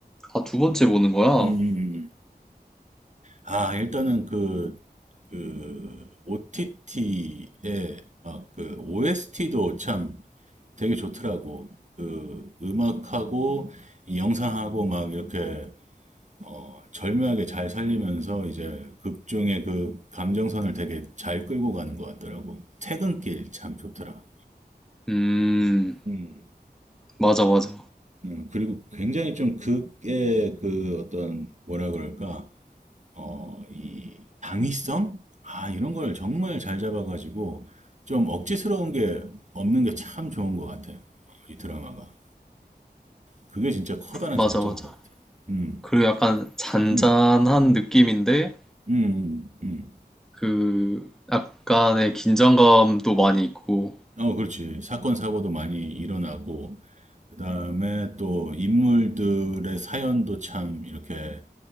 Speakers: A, in the centre; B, on the right (about 45°).
A: 아, 두 번째 보는 거야.
B: 음, 음, 음. 아, 일단은 그, 그, OTT에 막 그 OST도 참 되게 좋더라고. 그 음악하고 이 영상하고 막 이렇게 어, 절묘하게 잘 살리면서 이제 극중의 그 감정선을 되게 잘 끌고 가는 것 같더라고. 퇴근길 참 좋더라.
A: 음,
B: 음.
A: 맞아, 맞아.
B: 음, 그리고 굉장히 좀 극의 그 어떤 뭐라 그럴까 어, 이 당위성? 아, 이런 걸 정말 잘 잡아가지고 좀 억지스러운 게 없는 게 참 좋은 것 같아. 어, 이 드라마가. 그게 진짜 커다란
A: 맞아,
B: 장점인
A: 맞아.
B: 것 같아. 음,
A: 그리고 약간 잔잔한
B: 음,
A: 느낌인데,
B: 음, 음, 음.
A: 그, 약간의 긴장감도 많이 있고,
B: 어, 그렇지. 사건, 사고도 많이 일어나고, 그 다음에 또 인물들의 사연도 참 이렇게